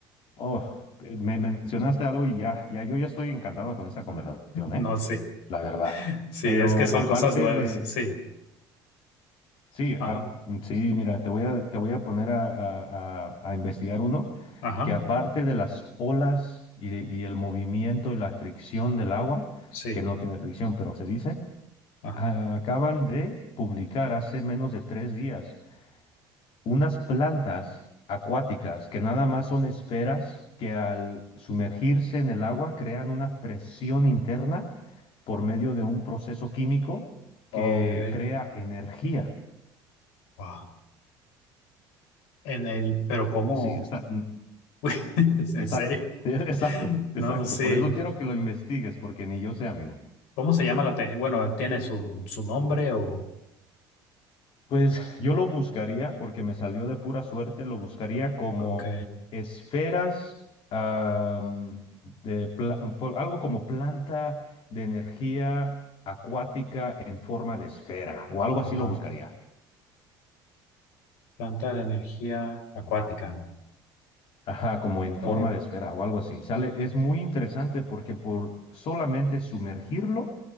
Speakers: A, on the left; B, on the left.
A: Oh, eh, me mencionaste algo y ya, ya, yo ya estoy encantado con esta conversación,
B: No,
A: ¿eh?
B: sí.
A: La verdad.
B: Sí,
A: Pero
B: es que son
A: aparte
B: cosas nuevas.
A: de,
B: Sí.
A: Sí,
B: Ajá.
A: ah, mm, sí, mira, te voy a, te voy a poner a, a- a- a investigar uno
B: Ajá.
A: que aparte de las olas y, de- y el movimiento y la fricción del agua,
B: Sí.
A: que no tiene fricción, pero se dice,
B: Ajá.
A: ah, acaban de publicar hace menos de tres días unas plantas acuáticas que nada más son esferas que al sumergirse en el agua crean una presión interna por medio de un proceso químico
B: Ok.
A: que crea energía.
B: Wow. En el, pero ¿cómo?
A: Sí, está.
B: <laughs> ¿Es en
A: Exacto,
B: serio?
A: <laughs> exacto, exacto.
B: No, sí.
A: Por eso quiero que lo investigues, porque ni yo sé, amigo.
B: ¿Cómo se llama la te- Bueno, ¿tiene su, su nombre o...?
A: Pues yo lo buscaría, porque me salió de pura suerte, lo buscaría como
B: Ok.
A: esferas, am, de pla- por- algo como planta de energía acuática en forma de esfera, o algo así
B: Ajá.
A: lo buscaría.
B: Planta de energía acuática.
A: Ajá, como en
B: Podría-
A: forma de esfera o algo así. Sale, es muy interesante porque por solamente sumergirlo